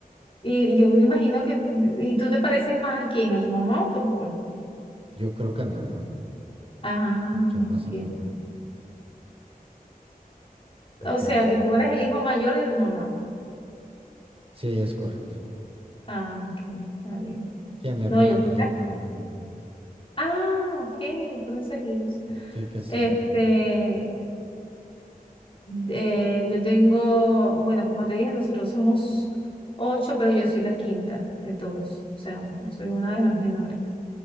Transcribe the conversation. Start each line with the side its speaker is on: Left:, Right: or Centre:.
Left: Y yo me imagino que. ¿Y tú te pareces más a quién? ¿A tu mamá o a tu papá?
Right: Yo creo que a mi mamá,
Left: Ah,
Right: mucho más
Left: ok.
Right: a mi mamá, porque
Left: O sea, que tú eres el hijo mayor de tu mamá.
Right: sí, es correcto.
Left: Ah, ok. Está bien.
Right: Sí, a mi hermana
Left: No, yo sí.
Right: me lleva
Left: la-
Right: por un año.
Left: Ah, ok. Fueron seguidos.
Right: Sí, casi.
Left: Este.
Right: seguidito.
Left: Eh, yo tengo, bueno, como te dije, nosotros somos ocho, pero yo soy la quinta de todos, o sea, soy una de las menores.